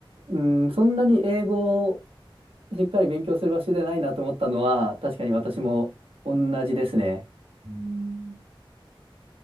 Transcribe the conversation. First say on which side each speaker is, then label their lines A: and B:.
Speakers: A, on the right; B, on the right.
A: うん、そんなに英語しっかり勉強する場所でないなと思ったのは、確かに私も同じですね。
B: うんうん